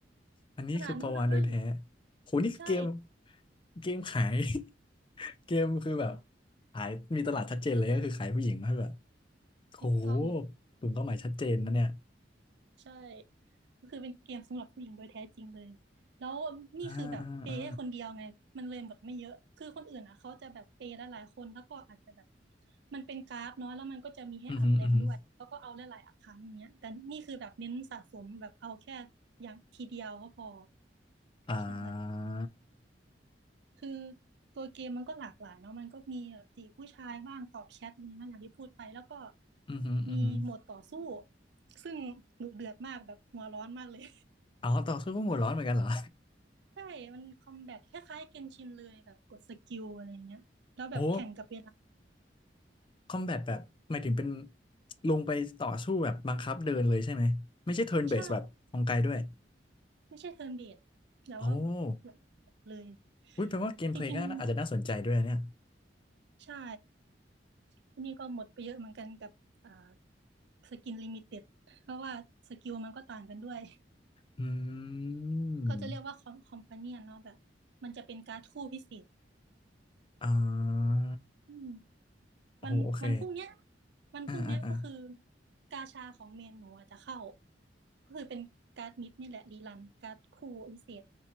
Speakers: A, on the left (about 30°); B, on the right (about 65°).
A: อันนี้คือปลาวาฬโดยแท้
B: ขนาดนั้นเลย
A: โหนี่คือเกม
B: ใช่
A: เกมขาย <laughs> เกมคือแบบขายมีตลาดชัดเจนเลยก็คือขายผู้หญิงให้แบบโห
B: ถูกต้อง
A: กลุ่มเป้าหมายชัดเจนนะเนี่ย
B: ใช่ก็คือเป็นเกมสำหรับผู้หญิงโดยแท้จริงเลยแล้วนี่คือแบบเปย์ให้คนเดียวไงมันเลยหมดไม่เยอะคือคนอื่นอ่ะเขาจะแบบเปย์หลายๆคนแล้วก็อาจจะแบบ
A: อ่าอ่าอ่า
B: มันเป็นการ์ดเนาะแล้วมันก็จะมีให้อัพแรงด้วยเขาก็เอาหลายๆครั้งอย่างเงี้ยแต่นี่คือแบบเน้นสะสมแบบเอาแค่อย่างทีเดียวก็พอ
A: อือหืออือหืออ่
B: ใช่
A: า
B: คือตัวเกมมันก็หลากหลายเนาะมันก็มีแบบจีบผู้ชายบ้างตอบแชทเนี่ยนะอย่างที่พูดไปแล้วก็
A: อือหืออือหือ
B: มีโหมดต่อสู้ซึ่งดุเดือดมากแบบหัวร้อนมากเลย
A: อ๋อต่อสู้ก็หัวร้อนเหมือนกันเหรอ
B: ใช่ มันคอมแบทคล้ายๆเกนชินเลยแบบกดสกิลอะไรเงี้ย
A: <laughs>
B: แล้วแบบแข่งกับเวลา
A: โอ้คอมแบทแบบหมายถึงเป็นลงไปต่อสู้แบบบังคับเดินเลยใช่ไหมไม่ใช่เทิร์นเบสแบบของไกลด้วย
B: ใช่ไม่ใช่เทิร์นเบสแล้ว
A: โอ้
B: แบบเลย
A: อุ้ยแปลว่าเกมเพลย์ก็น่าอาจจะน่าสนใจด้วยนะเนี่ย
B: จริงๆใช่ทีนี้ก็หมดไปเยอะเหมือนกันกับอ่าสกินลิมิเต็ดเพราะว่าสกิลมันก็ต่างกันด้วย
A: อืม
B: เขาจะเรียกว่าคอมคอมพาเนียนเนาะแบบมันจะเป็นการ์ดคู่พิเศษ
A: อ่า
B: อืม
A: โอ้โหโอเค
B: วันวันพรุ่งเนี้ยวันพรุ่งเนี้ยก็คือ
A: อ่าอ่าอ่า
B: กาชาของเมนหนูอาจจะเข้าก็คือเป็นการ์ดมิดนี่แหละรีรันการ์ดคู่พิเศษ